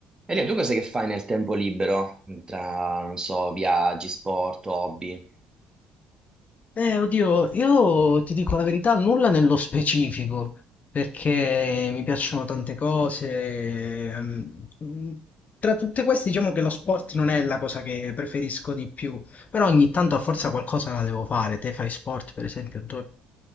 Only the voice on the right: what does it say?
Elia, tu cos'è che fai nel tempo libero? Tra, non so, viaggi, sport, hobby?